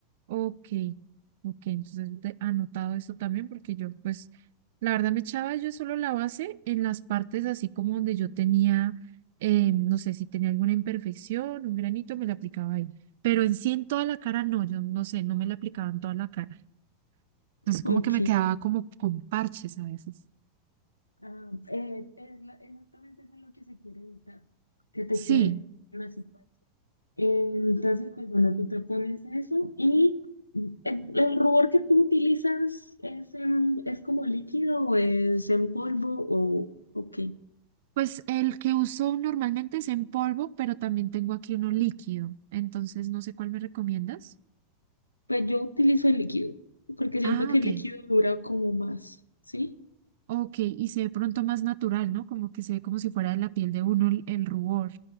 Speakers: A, on the right; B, on the left.
A: Ok, ok, entonces yo anotado esto también porque yo pues la verdad me echaba yo solo la base en las partes así como donde yo tenía, eh, no sé si tenía alguna imperfección, un granito, me la aplicaba ahí, pero en sí en toda la cara no, yo no sé, no me la aplicaba en toda la cara, entonces como
B: Ok.
A: que me quedaba como con parches a veces.
B: Ah, es, es la- exactamente eso es lo que se quiere evitar, que te
A: Sí,
B: queden así. Entonces, pues bueno, tú te pones eso y el, el rubor que tú utilizas es, en- es como líquido o es en polvo o, o qué.
A: pues el que uso normalmente es en polvo, pero también tengo aquí uno líquido, entonces no sé cuál me recomiendas.
B: Pues yo utilizo el líquido, porque siento
A: Ah,
B: que
A: ok.
B: el líquido dura como más, ¿sí?
A: Ok, y se ve pronto más natural, ¿no? Como que se ve como si fuera de la piel de uno el, el rubor.